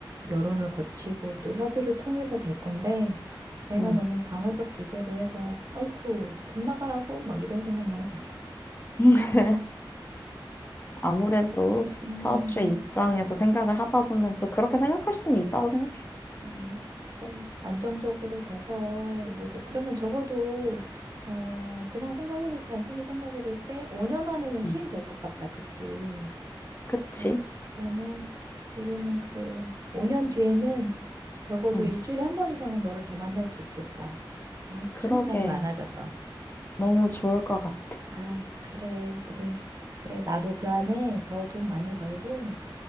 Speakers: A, on the right (about 45°); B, on the left (about 25°).
A: 여론을 거치고 또 협의를 통해서 될 건데 내가
B: 음.
A: 너무 방어적 기제로 해서 어이쿠 돈 나가라고 막 이런 생각만 했던 것 같아.
B: 음. <laughs> 아무래도
A: 음,
B: 사업주의 입장에서 생각을 하다 보면 또 그렇게 생각할 수는 있다고 생각해.
A: 음, 그래. 안정적으로 돼서 우리도 그러면 적어도 어 그냥 생각해 볼 단순히 생각해 볼 때 5년 안에는 시행될
B: 음
A: 것 같다. 그치?
B: 그치?
A: 그럼, 그러면 우리는 그 5년 뒤에는 적어도
B: 음
A: 일주일에 한 번 이상은 너를 더 만날 수 있겠다. 어, <laughs>
B: 그러게.
A: 쉬는 날이 많아져서.
B: 너무 좋을 것 같아.
A: 아유, 그래, 우리. 그래, 나도 그 안에 더 돈 많이 벌고,